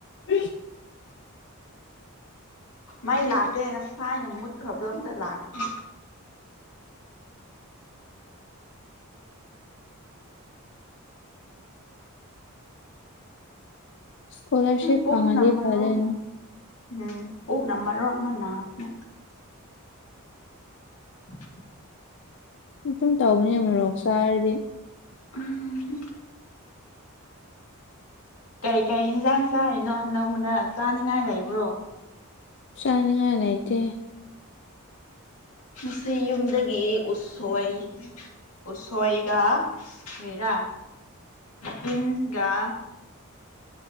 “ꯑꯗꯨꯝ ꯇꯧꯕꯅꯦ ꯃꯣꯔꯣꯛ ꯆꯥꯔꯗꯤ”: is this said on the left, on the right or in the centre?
Left